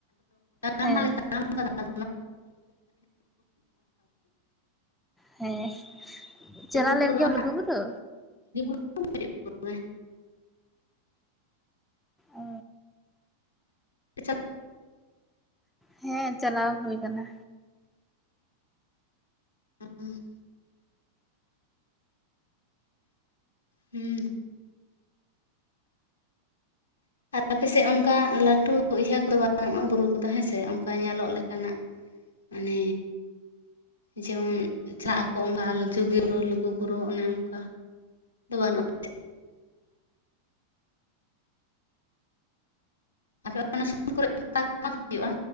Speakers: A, on the left; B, in the centre.
A: ᱛᱟᱲᱟᱢ
B: ᱦᱮᱸ
A: ᱵᱟᱞᱮ ᱛᱟᱲᱟᱢ ᱟᱠᱟᱫᱟ
B: ᱦᱮᱸ ᱪᱟᱞᱟᱣ
A: ᱵᱩᱨᱩ
B: ᱞᱮᱱ
A: ᱫᱚ
B: ᱜᱮᱭᱟᱢ
A: ᱦᱟᱸᱜ
B: ᱞᱩᱜᱩ ᱵᱩᱨᱩ
A: <inaudible>
B: ᱚ
A: ᱦᱩᱸ
B: ᱦᱮᱸ ᱪᱟᱞᱟᱣ ᱦᱩᱭ ᱠᱟᱱᱟ
A: ᱦ ᱦᱩᱸ
B: ᱦ
A: ᱟᱯᱮᱥᱮᱫ ᱚᱱᱠᱟ ᱞᱟᱹᱴᱩ ᱤᱭᱟᱹ ᱠᱚᱫᱚ ᱵᱟᱹᱱᱩᱜᱼᱟ ᱵᱩᱨᱩ ᱠᱚᱫᱚ ᱦᱮᱸᱥᱮ ᱚᱱᱠᱟ ᱧᱮᱞᱚᱜ ᱞᱮᱠᱟᱱᱟᱜ ᱢᱟᱱᱮ ᱡᱮᱢᱚᱱ ᱪᱟᱜ ᱟᱠᱚ ᱚᱝᱠᱟ ᱟᱡᱚᱫᱤᱭᱟᱹ ᱵᱩᱨᱩ ᱞᱩᱜᱩ ᱵᱩᱨᱩ ᱚᱱᱮ ᱚᱱᱠᱟ ᱫᱚ ᱵᱟᱹᱱᱩᱜ-ᱟ ᱟᱯᱮ ᱚᱱᱟ ᱥᱩᱞ ᱠᱚᱨᱮ ᱯᱟᱛᱟ ᱠᱚ ᱵᱟᱝ ᱦᱩᱭᱩᱜᱼᱟ